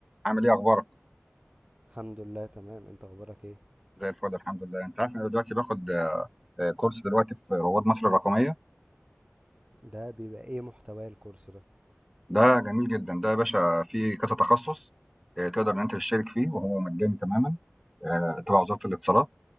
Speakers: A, in the centre; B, on the right.
A: عامل ايه اخبارك
B: الحمد لله تمام انت اخبارك ايه
A: زي الفل الحمد لله انت عارف إن انا دلوقتي باخد آه، كورس دلوقتي في رواد مصر الرقميه
B: ده بيبقى ايه محتوى الكورس ده
A: ده جميل جدا ده يا باشا فيه كذا تخصص آه، تقدر ان انت تشترك فيه وهو مجاني تماما آه، تبع وزاره الاتصالات